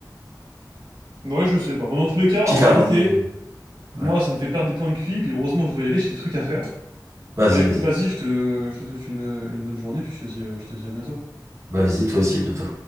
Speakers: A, on the right (about 80°); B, on the right (about 40°).
A: Ouais, je sais pas. Bon, dans tous les cas,
B: qui
A: en
B: l'a
A: réalité,
B: ramené.
A: moi,
B: Ouais.
A: ça me fait perdre des points de Q. QI, puis heureusement, je dois y aller, j'ai des trucs à faire.
B: Vas-y,
A: Bah, écoute,
B: vas-y.
A: vas-y, je te, je te souhaite une, une bonne journée, puis je te dis, euh, je te dis à bientôt.
B: Bah, vas-y, toi aussi, à bientôt.